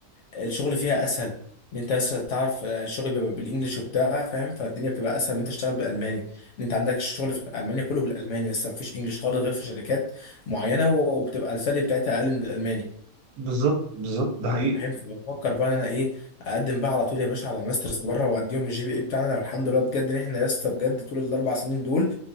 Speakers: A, on the left (about 65°); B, on the right (about 80°).
A: الشغل فيها اسهل ان انت بس تعرف آه، الشغل بيبقى بالانجلش وبتاع فاهم فالدنيا بتبقى اسهل ان انت تشتغل بالالماني ان انت عندك الشغل في المانيا كله بالالماني بس مفيش انجلش خالص غير في شركات معينه وبتبقى السالري بتاعتها اقل من الالماني
B: بالظبط بالظبط ده حقيقي
A: فاهم فبفكر بقى ان انا ايه اقدم بقى على طول يا باشا على ماسترز بره واديهم الجي بي اي بتاعنا لو الحمد لله بجد ان احنا لسه بجد طول الاربع سنين دول